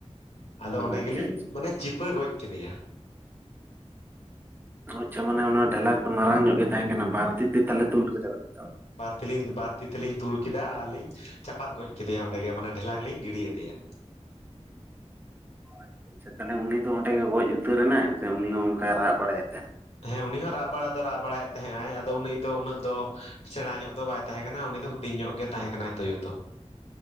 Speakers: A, on the left; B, on the right.
A: ᱟᱫᱚ ᱚᱸᱰᱮ
B: ᱟᱪᱪᱷᱟ
A: ᱜᱮᱞᱤᱧ
B: ᱟᱪᱪᱷᱟ
A: ᱢᱟᱱᱮ ᱪᱤᱯᱟᱹ ᱜᱚᱡ ᱠᱮᱫᱮᱭᱟ ᱾
B: ᱟᱪᱪᱷᱟ ᱢᱟᱱᱮ ᱚᱱᱟ ᱰᱷᱮᱞᱟᱠ ᱫᱚ ᱢᱟᱨᱟᱝ ᱧᱚᱜ ᱜᱮ ᱛᱟᱦᱮᱸ ᱠᱟᱱᱟ ᱵᱟᱨᱛᱤ ᱛᱮ ᱛᱟᱞᱮ ᱛᱩᱞ ᱠᱮᱫᱟ ᱵᱮᱱ ᱛᱚ
A: ᱛᱮᱞᱤᱧ ᱵᱟᱨ ᱛᱤ ᱛᱮᱞᱤᱧ ᱛᱩᱞ ᱠᱮᱫᱟ ᱟᱨ ᱞᱤᱧ ᱪᱟᱯᱟᱫ ᱜᱚᱡ ᱠᱮᱫᱮᱭᱟ ᱚᱸᱰᱮ ᱜᱮ ᱢᱟᱱᱮ ᱰᱷᱮᱞᱟᱠᱞᱤᱧ ᱜᱤᱰᱤ ᱟᱫᱮᱭᱟ
B: ᱚ ᱟᱪᱪᱷᱟ ᱟᱪᱪᱷᱟ ᱛᱟᱦᱚᱞᱮ ᱩᱱᱤᱫᱚ ᱚᱸᱰᱮ ᱜᱮ ᱜᱚᱡ ᱩᱛᱟᱹᱨ ᱮᱱᱟᱭ ᱥᱮ ᱩᱱᱤ ᱦᱚᱸ ᱚᱱᱠᱟᱭ ᱨᱟᱜ ᱵᱟᱲᱟᱭᱮᱫ ᱛᱟᱭ
A: ᱦᱮᱸ ᱩᱱᱤ ᱦᱚᱸ ᱨᱟᱜ ᱵᱟᱲᱟ ᱫᱚᱭ ᱨᱟᱜ ᱵᱟᱲᱟᱭᱮᱫ ᱛᱟᱦᱮᱸᱜ ᱟᱭ ᱟᱫᱚ ᱩᱱᱤ ᱫᱚ ᱩᱱᱟᱹᱜ ᱫᱚ ᱥᱮᱬᱟ ᱧᱚᱜ ᱫᱚ ᱵᱟᱭ ᱛᱟᱦᱮᱸ ᱠᱟᱱᱟ ᱩᱱᱤ ᱫᱚ ᱦᱩᱰᱤᱧ ᱧᱚᱜ ᱜᱮ ᱛᱟᱦᱮᱸ ᱠᱟᱱᱟᱭ ᱛᱩᱭᱳ ᱛᱚ